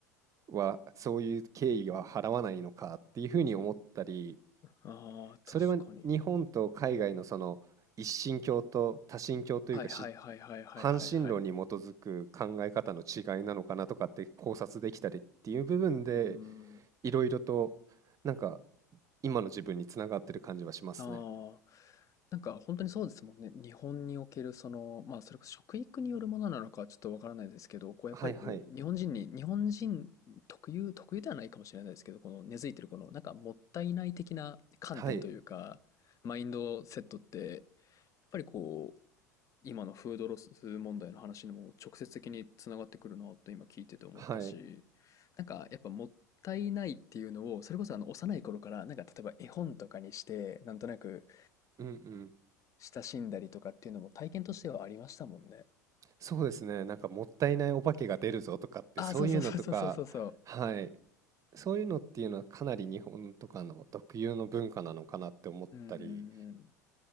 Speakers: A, on the right; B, on the left.
A: は、そういう敬意は払わないのかっていうふうに思ったり、
B: ああ、
A: それは日本と海外のその一神教と多神教というかし
B: 確かに。はいはいはいはいはいはいはい。
A: 半神論に基づく考え方の違いなのかなとかって考察できたりっていう部分で
B: うーん。
A: いろいろとなんか今の自分につながってる感じはしますね。
B: ああ、なんか本当にそうですもんね。日本におけるその、まあそれこそ食育によるものなのかはちょっとわからないですけど、こうやっぱりこう、
A: はいはい
B: 日本人に、日本人特有、特有ではないかもしれないですけど、この根付いてるこの、なんかもったいない的な観点というか、
A: はい
B: マインドセットって、やっぱりこう、今のフードロス問題の話にも直接的につながってくるなと今聞いてて思ったし、
A: はい
B: なんかやっぱもったいないっていうのを、それこそあの幼い頃から、なんか例えば絵本とかにして、なんとなく、
A: うんうん
B: 親しんだりとかっていうのも体験としてはありましたもんね。
A: そうですねなんかもったいないお化けが出るぞとかってそういうのとかはい
B: ああ、そうそうそうそうそうそうそう。
A: そういうのっていうのはかなり日本とかの特有の文化なのかなって思ったり
B: うんうん